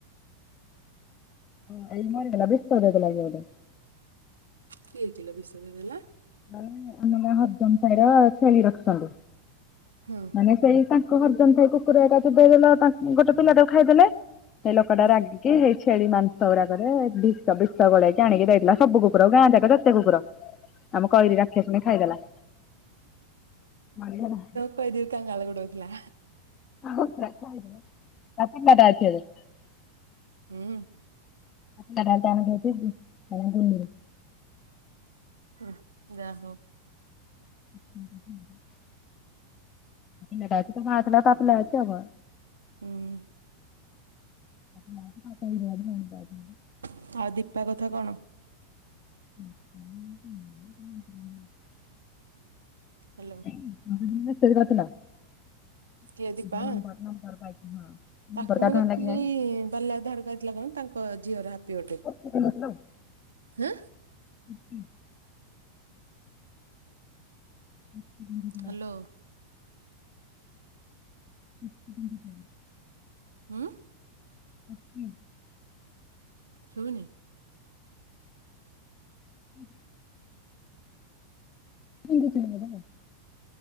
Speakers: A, on the left; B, on the right.
A: <unintelligible> ମରିଗଲା ବିଷ ଦେଇଦେଲା କିଏ ଗୋଟେ।
B: କିଏ କିଲୋ ବିଷ ଦେଇଦେଲା?
A: ମାନେ ଆମର ହରିଜନ ସାହିର ଛେଳି ରଖିଛନ୍ତି
B: ହୁଁ
A: ମାନେ ସେଇ ତା ଙ୍କ ହରିଜନସାଇ କୁକୁରଟା ଦେଇଦେଲ ତ ଗୋଟେ ପିଲାଟାକୁ ଖାଇଦେଲେ ସେଇ ଲୋକଟା
B: ହୁଁ।
A: ରାଗି କି ସେଇ ଛେଳି ମାଂସ ଗୁଡାକରେ ବିଷ ବିଷ ଗୋଳେଇକି ଆଣିକି ଦେଇଥିଲା ସବୁ କୁକୁର କୁ ଗାଁ ଯାକ ଯେତେ କୁକୁର ଆମ କଇରି ରକ୍ଷାଶୁଣି ଖାଇଦେଲା। ମରିଗଲା।
B: କହି ଦିଅ କାଙ୍ଗାଳ ଗୋଡଉଥିଲା।
A: <unintelligible>
B: ହୁଁ
A: <unintelligible>
B: <unintelligible>
A: <unintelligible> ପିଲା ଟା ଥିଲା। ତା, ମା ଥିଲା।
B: ହୁଁ।
A: <unintelligible>
B: ଆଉ, ଦୀପା କଥା କଣ?
A: <unintelligible>
B: ହ୍ୟାଲୋ।
A: <unintelligible>
B: କିଏ ଦୀପା? ତାକୁ ମୁଁ ଦେଖିନି,
A: ଆଣିଲା କେଜାଣି
B: ବାଲ୍ୟା ଧାରକୁ ଥିଲା କଣ ତାଙ୍କ ଝିଅର ହାପି ବଥଡେ କୁ।
A: <inaudible>
B: ଏଁ।
A: <inaudible> <inaudible>
B: ହ୍ୟାଲୋ।
A: <inaudible>
B: <unintelligible>
A: <inaudible>
B: ଶୁଭୁନି।
A: ହୁଁ। ପିନ୍ଧୁଥିଲ ପରା।